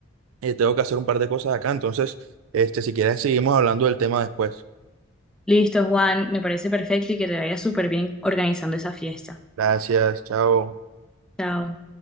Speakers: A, on the right; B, in the centre.
A: eh, tengo que hacer un par de cosas acá. Entonces, este, si quieres, seguimos hablando del tema después.
B: Listo, Juan, me parece perfecto y que te vaya súper bien organizando esa fiesta.
A: Gracias, chao.
B: Chao.